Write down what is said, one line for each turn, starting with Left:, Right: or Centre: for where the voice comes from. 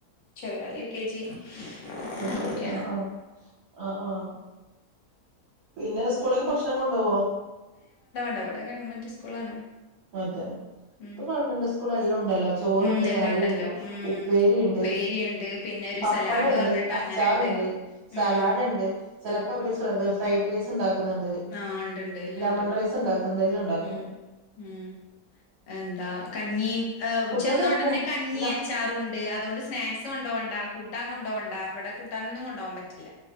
Left: ചെറിയാള് യു കെ ജി
Right: അഹ്
Left: പെൺകുട്ടിയാണ്
Right: ശരി ആ ആഹ് ആ ആഹ് പിന്നെ സ്കൂള്ല് ഭക്ഷണം കൊണ്ടൊവോ
Left: ല്ല ഇവടെ ഗവൺമെന്റ് സ്കൂളാണ്
Right: അതോ
Left: ഉം
Right: പ്പ ഗവൺമെന്റ് സ്കൂള്ള് എല്ലം ണ്ടല്ലോ ചോറുണ്ട്
Left: ഉം എല്ലാം
Right: കറിണ്ട്
Left: ഉണ്ടല്ലോ ഉം
Right: ഉപ്പേരിണ്ട്
Left: ഉപ്പേരിയുണ്ട് പിന്നെ ഒരു
Right: പപ്പടണ്ട്
Left: സലാഡ് പറഞ്ഞിട്ട്
Right: അച്ചാറ്ണ്ട്
Left: അങ്ങനെണ്ട്
Right: സലാഡ്ണ്ട്
Left: ഉം
Right: ചെലപ്പവര് ഫ് ഫ്രൈഡ് റൈസ്ണ്ടാ ക്ക്ന്ന്ണ്ട്
Left: ആഹ് ഇണ്ട്ണ്ട് എല്ലാം
Right: ലെമൺ
Left: ഇണ്ട്
Right: റൈസ്ണ്ടാക്കും എല്ലംണ്ടാക്ക്ന്ന്ണ്ട്
Left: ഉം ഉം എന്താ കഞ്ഞീം ഹേ
Right: കുട്ടികൾക്ക്
Left: ചെന്ന
Right: ഇപ്പം
Left: ഉടനെ കഞ്ഞി
Right: ന
Left: അച്ചാറുംണ്ട് അതോണ്ട് സ്നാക്സുണ്ടോണ്ട കൂ ട്ടാൻ കൊണ്ടോണ്ട ഇവടെ കൂട്ടാനൊന്നും കൊണ്ടാവാൻ പറ്റില്ല